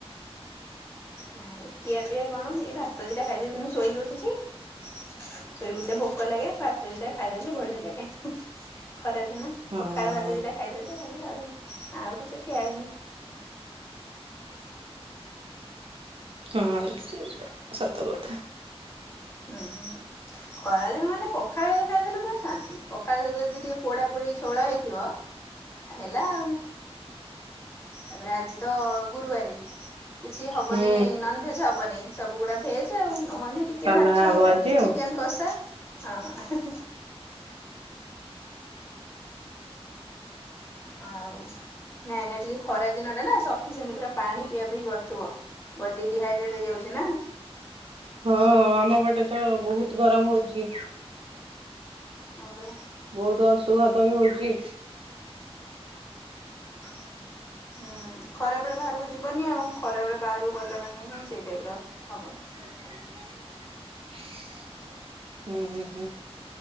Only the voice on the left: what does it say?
ନାଇ ଖିଆ ପିଆ କଣ ଏଇ ଭାତ ଦିଟା ଖାଇଦେଇଥିନୁ ଶୋଇକି ଉଠିନି। ଶୋଇକି ଉଠିଲେ ଭୋକ ଲାଗେ ଭାତ ଦିଟା ଖାଇଦେଲେ ବଢିଆ ଲାଗେ। ଖରା ଦିନ
ପଖାଳ ଭାତ ଦିଟା ଖାଇଦେଲେ ହେଲା ଆଉ କିଛି ଖିଆ ହେଇନି।
ହୁଁ ଖରାଦିନ ମାନେ ପଖାଳ ଭାତ ଖାଇଦେଲେ ପୁରା ଶାନ୍ତି। ପଖାଳ ସହିତ ଯଦି ଟିକେ ପୋଡା ପୋଡି ଝୋଳ ହେଇଥିବ ହେଲା ଆଉ। ତାପରେ ଆଜି ତ ଗୁରୁବାରେ କିଛି ହବନିଁ
ନନଭେଜ ହବନି। ନାଇଁ ସବୁଗୁଡା ଭେଜ ଆଉ ନହନେ ଟିକେ
ମାଛ
ଭଜା
କି
ଚିକେନ କଷା ହଁ। ଆଉ ନାଇଁ ନା ଟିକେ ଖରା ଦିନ ଟା ନା ସଫିସିଏଣ୍ଟ ପୁରା ପାଣି ପିଇବା ପି କରୁଥିବ ବଡି ଡିହାଇଡ୍ରେଟ ହେଇଯାଉଛି ନା।
ହଁ ପରା।
ଆ <unintelligible> ହୁଁ ଖରା ବେଳେ ବାହାରକୁ ଯିବନି ଆଉ ଖରା ବେଳେ ବାହାରକୁ ଗଲା ମାନେ ହିଁ ସେଇ ଟାଇପ ର। ହବ